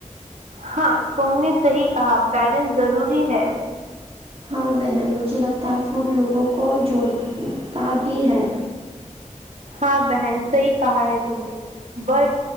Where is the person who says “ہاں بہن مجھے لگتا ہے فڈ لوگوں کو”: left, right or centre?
Right